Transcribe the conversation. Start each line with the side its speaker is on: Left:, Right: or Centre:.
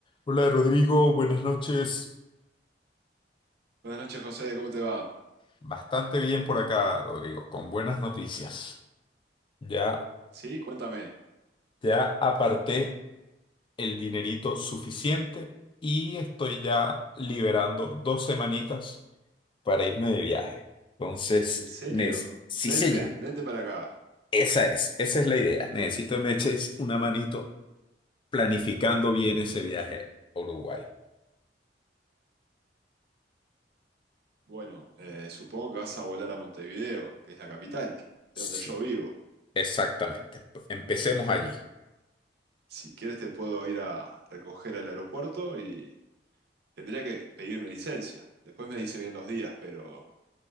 Left: Hola Rodrigo, buenas noches.
Right: Buenas noches, José, ¿cómo te va?
Left: Bastante bien por acá, Rodrigo, con buenas noticias. Ya,
Right: Sí, cuéntame.
Left: ya aparté el dinerito suficiente y estoy ya liberando dos semanitas para irme de viaje. Entonces,
Right: ¿En serio?
Left: Nes, sí
Right: Vente,
Left: señor,
Right: vente para acá.
Left: esa es, esa es la idea. Necesito que me eches una manito planificando bien ese viaje a Uruguay.
Right: Bueno, eh, supongo que vas a volar a Montevideo, que es la capital, de
Left: Sí,
Right: donde yo vivo.
Left: exactamente. Empecemos allí.
Right: Si quieres te puedo ir a recoger al aeropuerto y tendría que pedirme licencia. Después me dice bien los días, pero